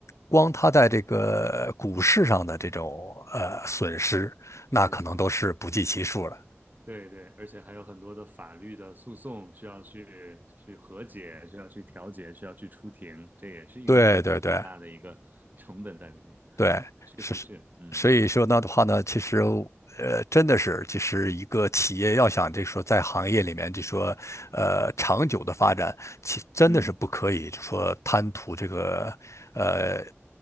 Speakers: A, on the right (about 40°); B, on the left (about 85°).
A: 对，
B: 光他在这个股市上的这种呃损失，那可能都是不计其数了。
A: 没错。对对，而且还有很多的法律的诉讼需要去去和解，需要去调解，需要去出庭，这也是一个巨大的一个成本在里面。
B: 对对对，对，
A: 确实是，
B: 是，是所以说那的话呢，
A: 嗯
B: 其实呃，真的是，其实一个企业要想就说在行业里面就说呃长久的发展，其真的是不可以就说贪图这个呃
A: 嗯，